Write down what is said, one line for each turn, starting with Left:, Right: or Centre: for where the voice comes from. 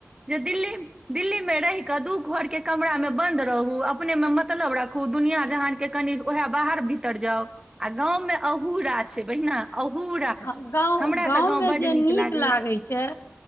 Right: जे दिल्ली दिल्ली में रहि क दू घर के कमरा में बंन्द रहू अपने में मतलब राखु दुनिया जहान के कनि उएह बाहर भीतर जाउ आ गाँव में अहूरा छै बहिना अहूरा छै
Left: हँ गाँव
Right: हमरा
Left: गाँव
Right: तऽ
Left: में
Right: बड्ड
Left: जे नीक
Right: लागैया
Left: लागैत छै